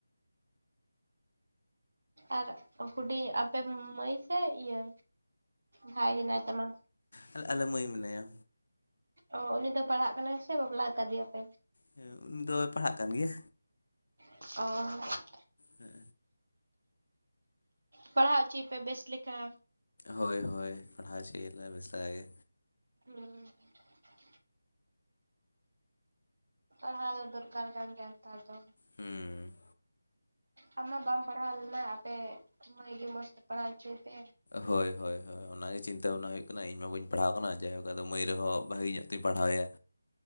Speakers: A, on the right; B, on the left.
A: ᱟᱨ ᱦᱩᱰᱤᱧ ᱟᱯᱮ ᱢᱟᱹᱭ ᱥᱮ ᱤᱭᱟᱹ ᱵᱷᱟᱭ ᱦᱮᱱᱟᱭ ᱛᱟᱢᱟ?
B: ᱟᱞᱮ ᱟᱞᱮ ᱢᱟᱹᱭ ᱢᱮᱱᱟᱭᱟ᱾
A: ᱚ ᱩᱱᱤ ᱫᱚ ᱯᱟᱲᱦᱟᱜ ᱠᱟᱱᱟᱭ ᱥᱮ ᱵᱟᱯᱞᱟ ᱟᱠᱟᱫᱮᱭᱟ ᱯᱮ?
B: ᱦᱮᱸ ᱩᱱᱤ ᱫᱚᱭ ᱯᱟᱲᱦᱟᱜ ᱠᱟᱱ ᱜᱮᱭᱟ᱾
A: ᱚ᱾
B: ᱦᱮᱸ᱾
A: ᱯᱟᱲᱦᱟᱣ ᱚᱪᱚᱭᱮᱯᱮ ᱵᱮᱥ ᱞᱮᱠᱟ᱾
B: ᱦᱳᱭ ᱦᱳᱭ ᱯᱟᱲᱦᱟᱣ ᱦᱚᱪᱚᱭᱟᱞᱮ ᱵᱮᱥ ᱞᱮᱠᱟ ᱜᱮ᱾
A: ᱦᱩᱸ᱾ ᱯᱟᱲᱦᱟᱣ ᱫᱚ ᱫᱚᱨᱠᱟᱨ ᱠᱟᱱ ᱜᱮᱭᱟ ᱱᱮᱛᱟᱨ ᱫᱚ᱾
B: ᱦᱩᱸ᱾
A: ᱟᱢ ᱢᱟ ᱵᱟᱢ ᱯᱟᱲᱦᱟᱣ ᱞᱮᱱᱟ ᱟᱯᱮ ᱢᱟ. ᱭ ᱜᱮ ᱢᱚᱸᱡᱽ ᱛᱮ ᱯᱟᱲᱦᱟᱣ ᱦᱚᱪᱚᱭᱮ ᱯᱮ᱾
B: ᱦᱳᱭ ᱦᱳᱭ ᱦᱳᱭ ᱚᱱᱟ ᱜᱮ ᱪᱤᱱᱟᱛᱟ ᱵᱟᱵᱱᱟ ᱦᱩᱭᱩᱜ ᱠᱟᱱᱟ ᱤᱧ ᱢᱟ ᱵᱟᱹᱧ ᱯᱟᱲᱦᱟᱣ ᱟᱠᱟᱱᱟ ᱡᱟᱭᱦᱳᱠ ᱫᱚ ᱢᱟᱹᱭ ᱨᱮᱦᱚᱸ ᱵᱷᱟᱹᱜᱤ ᱧᱚᱜ ᱛᱤᱧ ᱯᱟᱲᱦᱟᱣᱮᱭᱟ᱾